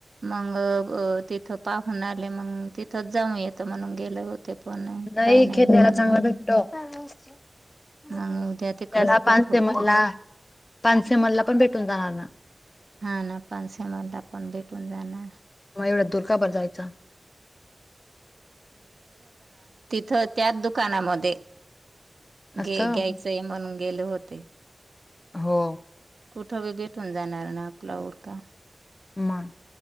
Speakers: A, on the right (about 80°); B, on the left (about 35°).
A: मग अ तिथं पाप म्हणाली मग तिथंच जाऊ येतं म्हणून गेले होते पण
B: नाही
A: काही
B: खेत्याला
A: दुकान
B: चांगला
A: बंद
B: भटतो. स त्याला
A: मग उद्या तिकडच
B: पान
A: पाठवते
B: से मलला पान से मलला पण भेटून जाणार ना
A: हा ना पानसेमलला पण भेटून जाणार
B: मग एवढ्या दुरका भर जायचा.
A: थं त्या दुकानामध्ये
B: असं
A: घे घ्यायचंय म्हणून गेले होत ते
B: हो
A: कुठं बी भेटून जाणार ना प्लाऊड का?
B: माग